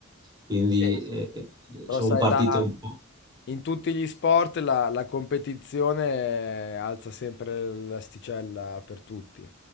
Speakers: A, on the right; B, on the left.
A: quindi,
B: Sì,
A: ehm,
B: sì. Però
A: son
B: sai,
A: partite
B: la-
A: un po'
B: in tutti gli sport la, la competizione alza sempre l'asticella per tutti.